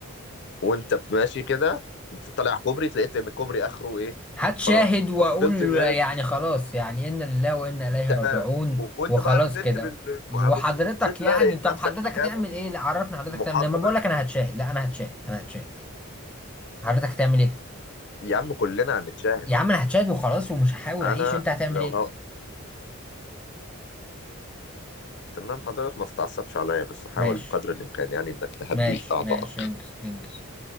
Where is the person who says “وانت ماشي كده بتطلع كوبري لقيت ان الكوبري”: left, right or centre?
Left